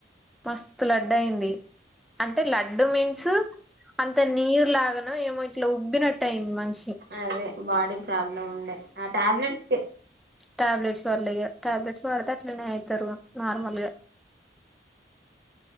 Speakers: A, in the centre; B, on the right (about 65°).
A: మస్తు లడ్డయింది అంటే లడ్డు మీన్స్ అంత నీర్ లాగానొ ఏమో ఇట్లా ఉబ్బినట్టు అయింది మన్ ష్
B: అదే బాడీ ప్రాబ్ లమ్ ఉండే ఆ ట్యాబ్ లేట్స్ కే
A: ట్యాబ్ లేట్స్ వాల్ల ఇగ ట్యాబ్ లేట్స్ వాడ్ తే అట్లనే ఐతారువ నార్ మాల్ గా